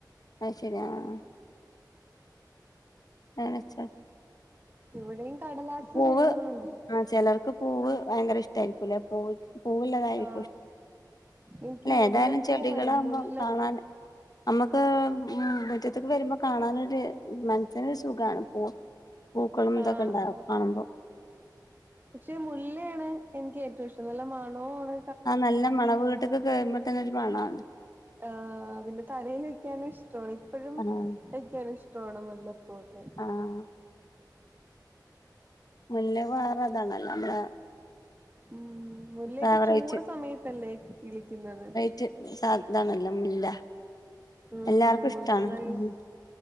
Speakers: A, on the left; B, on the right.
A: അത് ശരി ആഹ് <unintelligible> ആഹ് വെച്ചോ
B: ഇവിടെയും കടലാസ്
A: പൂവ്
B: ചെടിയൊന്നും ഇല്ല
A: ആഹ് ചെലർക്ക് പൂവ് ഭയങ്കരഇഷ്ട്ടാ യിരിക്കുംല്ലേ പൂവ് പൂവുള്ള തായിരിക്കും
B: ആ
A: ഇഷ്ടം
B: എനിക്ക്
A: അല്ലേ
B: മുല്ലപ്പൂ
A: ഏതായാലും ചെടികൾ ആകുമ്പോൾ
B: മുല്ല
A: കാണാൻ നമ്മക്ക് ഉം മുറ്റത്തേക്ക് വരുമ്പോ കാണായിട്ട് മനസ്സിനൊരു സുഖാണ് പൂ പൂക്കളും
B: ആ
A: ഇതൊക്കെണ്ടാവും
B: ആ
A: കാണുമ്പോ
B: പക്ഷെ മുല്ലേണ് എനിക്ക് ഏറ്റവും ഇഷ്ടം നല്ല മണോആണ്
A: ആഹ് നല്ല മണംവട്ടൊക്കെ കയറുമ്പോൾ തന്നെ ഒരു മണാണ്
B: ആഹ് പിന്നെ തലയിൽ വെക്കാനും ഇഷ്ട്ടോണ് എപ്പഴും
A: ആഹ്
B: വയ്ക്കാനും ഇഷ് ട്ടോണ് മുല്ലപ്പൂഒക്കെ
A: ആഹ് മുല്ല വേറെ അതാണല്ലോ അമ്മളെ
B: ഉം മുല്ലയൊക്കെ
A: ഫേവറേറ്റ്
B: ചൂട് സമയത്തല്ലേ കിളിക്കുന്നത്
A: <unintelligible> സാധാരണ അല്ല മുല്ല
B: ഉം
A: എല്ലാർക്കും
B: മുല്ല
A: ഇഷ്ടാണ്
B: നല്ല
A: ഉം